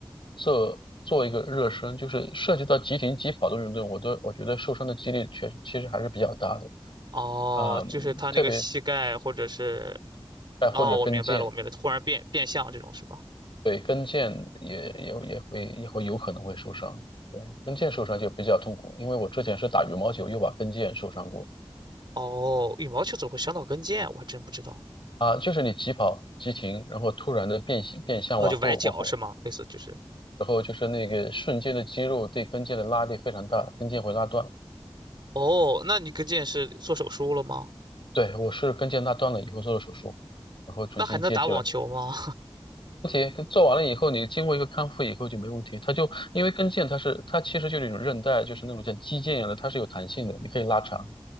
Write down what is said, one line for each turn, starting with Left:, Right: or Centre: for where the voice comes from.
Left: 做做一个热身，就是涉及到急停急跑的运动，我都我觉得受伤的几率确实其实还是比较大的
Right: 哦，
Left: 啊，
Right: 就是他那个膝盖或者是，
Left: 特别哎或者跟腱，
Right: 哦，我明白了，我明白了，忽然变变向这种是吧？
Left: 对跟腱也也也会也会有可能会受伤，对跟腱受伤就比较痛苦，因为我之前是打羽毛球又把跟腱受伤过。
Right: 哦，羽毛球怎么会伤到跟腱？我还真不知道。
Left: 啊，就是你急跑、急停，然后突然的变形、变向，
Right: 哦，
Left: 往后、
Right: 就崴脚是吗？
Left: 往后，
Right: 类似就是。
Left: 然后就是那个瞬间的肌肉对跟腱的拉力非常大，跟腱会拉断。
Right: 哦，那你跟腱是做手术了吗？
Left: 对，我是跟腱拉断了以后做的手术，然后重新接起来。
Right: 那还能打网球吗？
Left: 问题跟做完了以后，你经过一个康复以后就没问题。它就因为跟腱它是它其实就是一种韧带，就是那种像肌腱一样的，它是有弹性的，你可以拉长。